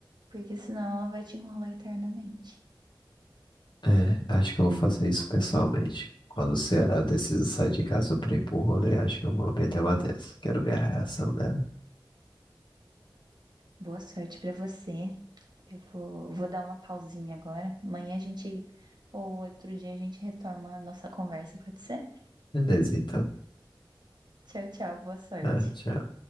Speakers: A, on the right; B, on the left.
A: porque senão ela vai te enrolar eternamente.
B: é, é, acho que eu vou fazer isso pessoalmente. Quando será, eu decido sair de casa pra ir pro rolê, acho que eu vou meter uma dessa. Quero ver a reação dela.
A: Boa sorte pra você. Eu vou, vou dar uma pausinha agora. Amanhã a gente, ou outro dia a gente retoma a nossa conversa, pode ser?
B: Beleza, então.
A: Tchau, tchau, boa sorte.
B: É, tchau.